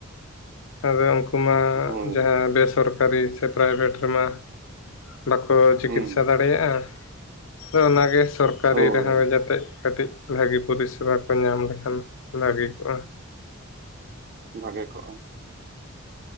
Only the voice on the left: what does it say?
ᱟᱫᱚ ᱩᱱᱠᱩ ᱢᱟ
ᱡᱟᱸᱦᱟ ᱵᱮᱥᱚᱨᱠᱟᱨᱤ ᱥᱮ ᱯᱨᱟᱭᱵᱷᱮᱴ ᱨᱮᱢᱟ <inaudible> ᱵᱟᱠᱚ ᱪᱤᱠᱤᱛᱥᱟ
ᱫᱟᱲᱮᱭᱟᱜ-ᱟ ᱾ <inaudible> ᱟᱫᱚ ᱚᱱᱟᱜᱮ ᱥᱚᱨ ᱠᱟᱹᱨᱤ
ᱨᱮᱦᱚᱸ ᱡᱟᱛᱮᱜ ᱠᱟᱹᱴᱤᱡ ᱵᱷᱟᱹᱜᱤ ᱯᱚᱨᱤᱥᱮᱵᱟ ᱠᱚ ᱧᱟᱢ ᱞᱮᱠᱷᱟᱱ ᱵᱷᱟᱹᱜᱮ ᱠᱚᱜ-ᱟ ᱾